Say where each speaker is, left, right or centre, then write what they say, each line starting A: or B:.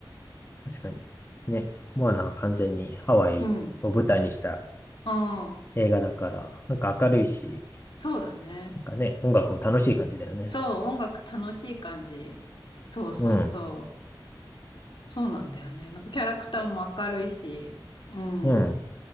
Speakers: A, on the left; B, on the left.
A: 確かに。ね、モアナは完全にハワイを舞台にした
B: うん。うん。
A: 映画だから、なんか明るいし、
B: そうだね。
A: なんかね、音楽も楽しい感じだよね。
B: そう、音楽楽しい感じ。そうそうそう。
A: うん。
B: そうなんだよね。なんかキャラクターも明るいし、うん。
A: うん。